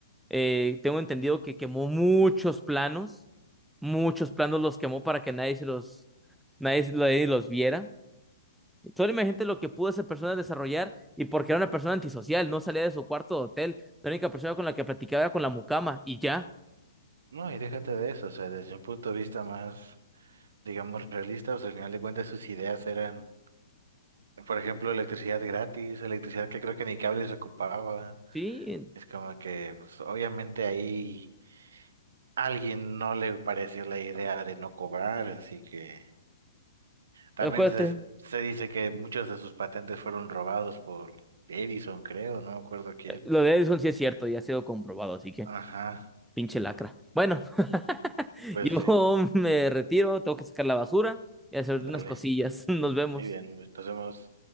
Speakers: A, in the centre; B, on the right.
A: Eh, tengo entendido que quemó muchos planos, muchos planos los quemó para que nadie se los, nadie, se- nadie los viera. Solo imagínate lo que pudo esa persona desarrollar y porque era una persona antisocial, no salía de su cuarto de hotel, la única persona con la que platicaba era con la mucama y ya,
B: No, y déjate de eso, o sea, desde un punto de vista más, digamos, realista, o sea, al final de cuentas sus ideas eran Por ejemplo, electricidad gratis, electricidad que creo que ni cables ocupaba.
A: ¿sí?
B: Es como que, pues, obviamente ahí alguien no le pareció la idea de no cobrar, así que también
A: Acuérdate.
B: se, se dice que muchos de sus patentes fueron robados por Edison, creo, no me acuerdo quién.
A: Lo de Edison sí es cierto y ha sido comprobado, así que
B: Ajá,
A: pinche lacra. Bueno, <laughs>
B: pues
A: yo
B: sí,
A: me retiro, tengo que sacar la basura y hacer
B: dale.
A: unas cosillas. <laughs> Nos vemos.
B: Muy bien, pues, pasemos.